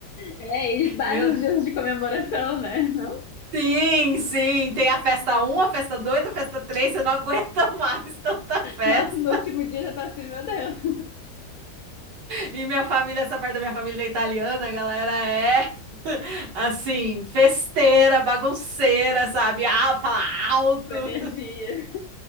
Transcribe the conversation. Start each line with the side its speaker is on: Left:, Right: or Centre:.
Left: é, e vários
Right: Eu,
Left: dias de comemoração, né? Não?
Right: Sim, sim, tem a festa 1, a festa 2, a festa 3. você não aguenta <laughs> mais tanta festa.
Left: Nossa, no último dia já tá assim, meu Deus,
Right: E minha família, essa parte da minha família é italiana, a galera é <laughs> assim, festeira, bagunceira, sabe? Ah, fala alto,
Left: com energia.